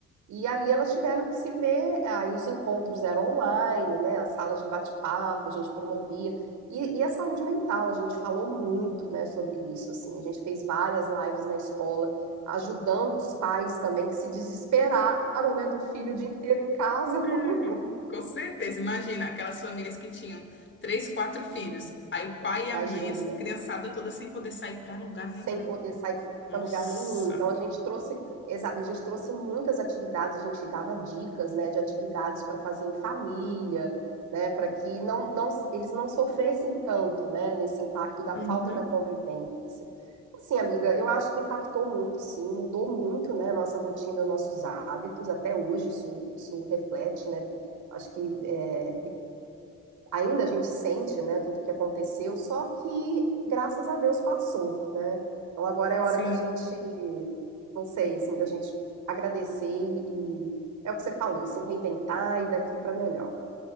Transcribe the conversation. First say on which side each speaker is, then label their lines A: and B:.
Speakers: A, on the right; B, on the left.
A: E ali elas tiveram que se ver, aí os encontros eram online, né, as salas de bate-papo, a gente promovia. E, e a saúde mental, a gente falou muito, né, sobre isso, assim. A gente fez várias lives na escola, ajudando os pais também que se desesperaram, né, do filho o dia inteiro em casa.
B: É,
A: <laughs>
B: com certeza, imagina aquelas famílias que tinham três, quatro filhos, aí o pai e
A: Imagina.
B: a mãe, essas criançadas todas sem poder sair para lugar
A: sem
B: nenhum.
A: poder sair
B: Nossa,
A: para lugar nenhum. Então a gente trouxe, exato, a gente trouxe muitas atividades, a gente dava dicas, né, de atividades para fazer em família, né, para que não, não, eles não sofressem tanto, né, nesse impacto da
B: Uhum.
A: falta da convivência. Assim, amiga, eu acho que impactou muito, sim, mudou muito, né, nossa rotina, nossos hábitos, até hoje isso, isso reflete, né, acho que é, ainda a gente sente, né, tudo que aconteceu, só que graças a Deus passou, né? Então agora é hora
B: Sim,
A: da gente, não sei, assim, da gente agradecer e, e é o que você falou, se reinventar e daqui para melhor.